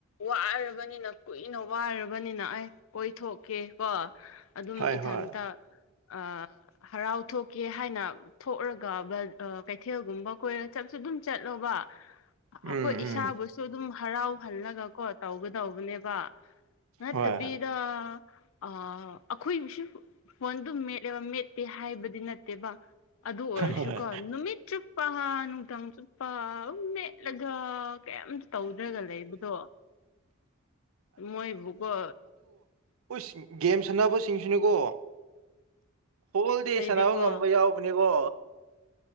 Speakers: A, on the left; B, on the right.
A: ꯋꯥꯔꯕꯅꯤꯅ ꯀꯨꯏꯅ ꯋꯥꯔꯕꯅꯤꯅ ꯑꯩ ꯀꯣꯏꯊꯣꯛꯀꯦ ꯀꯣ ꯑꯗꯨꯝ
B: ꯍꯣꯏ
A: ꯏꯊꯟꯇ
B: ꯍꯣꯏ
A: ꯑꯥ ꯍꯔꯥꯎ ꯊꯣꯛꯀꯦ ꯍꯥꯏꯅ꯫ ꯊꯣꯛꯑꯒꯕ ꯀꯩꯊꯦꯜꯒꯨꯝꯕ ꯀꯣꯏꯔ ꯆꯞꯁꯨ ꯑꯗꯨꯝ ꯆꯠꯂꯣꯕ꯫ ꯑꯩꯈꯣꯏ
B: ꯎꯝ
A: ꯏꯁꯥꯕꯨꯁꯨ
B: ꯎꯝ
A: ꯑꯗꯨꯝ ꯍꯔꯥꯎꯍꯜꯂꯒ ꯀꯣ ꯇꯧꯒꯗꯧꯕꯅꯦꯕ꯫ ꯅꯠꯇꯕꯤꯗ
B: ꯍꯣꯏ ꯍꯣꯏ
A: ꯑ꯫ ꯑꯩꯈꯣꯏꯃꯤꯁꯨ ꯐꯣꯟꯗꯨ ꯃꯦꯠꯂꯦꯕ ꯃꯦꯠꯇꯦ ꯍꯥꯏꯕꯗꯤ ꯅꯠꯇꯦꯕ꯫ ꯑꯗꯨ ꯑꯣꯏꯔꯁꯨꯀꯣ
B: ꯍꯣꯏ
A: ꯅꯨꯃꯤꯠ ꯆꯨꯞꯄ ꯅꯨꯗꯥꯡ ꯆꯨꯞꯄ ꯑꯗꯨꯝ ꯃꯦꯠꯂꯒ꯫ ꯀꯩꯝ ꯇꯧꯗ꯭ꯔꯒ ꯂꯩꯕꯗꯣ ꯃꯣꯏꯕꯨꯀꯣ꫰꫰
B: ꯍꯨꯁ ꯒꯦꯝ ꯁꯥꯟꯅꯕꯁꯤꯡꯁꯤꯅꯤꯀꯣ ꯍꯣꯜ ꯗꯦ
A: ꯑꯩꯗꯤꯀꯣ
B: ꯁꯥꯟꯅꯕ ꯉꯝꯕ ꯌꯥꯎ ꯕꯅꯦꯀꯣ꯫